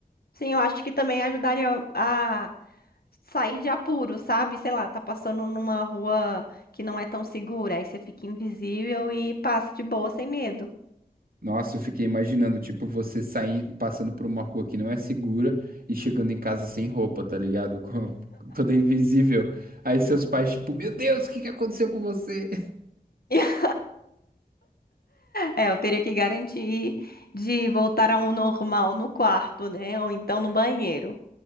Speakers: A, on the left; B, on the right.
A: Sim, eu acho que também ajudaria a sair de apuro, sabe? Sei lá, tá passando numa rua que não é tão segura, aí você fica invisível e passa de boa sem medo.
B: Nossa, eu fiquei imaginando, tipo, você saindo, passando por uma rua que não é segura e chegando em casa sem roupa, tá ligado? <laughs> Com a- toda invisível. Aí seus pais, tipo, meu Deus, o que que aconteceu com você?
A: <laughs> É, eu teria que garantir de voltar ao normal no quarto, né? Ou então no banheiro.